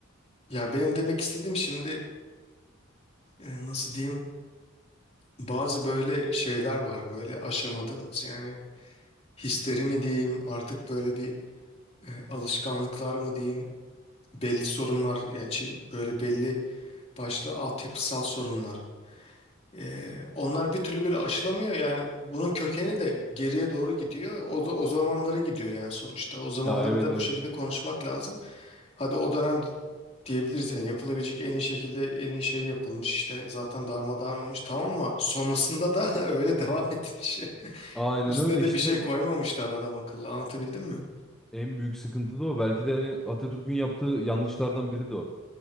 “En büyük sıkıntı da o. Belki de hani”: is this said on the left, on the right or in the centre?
Centre